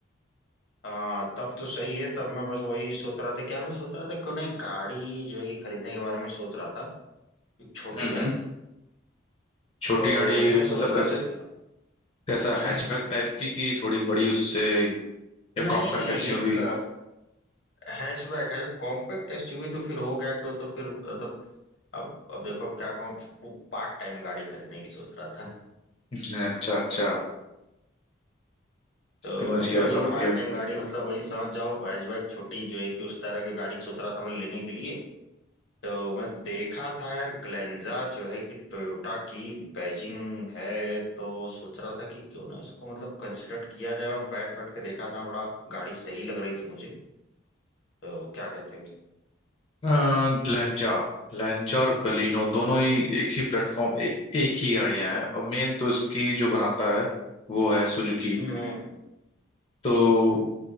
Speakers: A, on the left; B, on the left.
A: हाँ तब तो सही है तब मैं बस वही सोच रहा था कि यार मैं सोच रहा था क्यों ना एक गाड़ी जो है कि खरीदने के बारे में सोच रहा था एक छोटी
B: हम्म
A: गाड़ी
B: हम्म। छोटी
A: तो
B: गाड़ी
A: वही मैं
B: मतलब
A: सोच रहा
B: कैस,
A: था कि
B: कैसा
A: <clears throat>
B: हैचबैक टाइप की कि थोड़ी बड़ी उससे या
A: नहीं
B: कॉम्पैक्ट
A: नहीं
B: एसयूवी
A: एक हैचबैक है जो कॉम्पैक्ट एसयूवी तो फिर हो गया क्यों तो फिर मतलब अब अब देखो अब क्या कहूँ पार्ट टाइम गाड़ी खरीदने की सोच रहा था <laughs>
B: अच्छा अच्छा
A: तो
B: समझ
A: अब
B: गया
A: वही
B: समझ
A: है पार्ट
B: गया
A: टाइम गाड़ी मतलब वही समझ जाओ हैचबैक छोटी जो है कि उस तरह की गाड़ी सोच रहा था मैं लेने के लिए तो मैं देखा था यार ग्लेंजा जो है कि टोयोटा की बैजिंग है तो सोच रहा था कि क्यों ना इसको मतलब कंसिडर किया जाए मैं बैठ बैठ के देखा था बड़ा गाड़ी सही लग रही थी मुझे तो क्या कहते हैं
B: अ, ग्लेंजा ग्लेंजा और बलिनो दोनों ही एक ही प्लेटफॉर्म ए, एक ही गाड़ियां हैं और मेन तो इसकी जो बनाता है वो है सुजुकी
A: हम्म हम्म
B: तो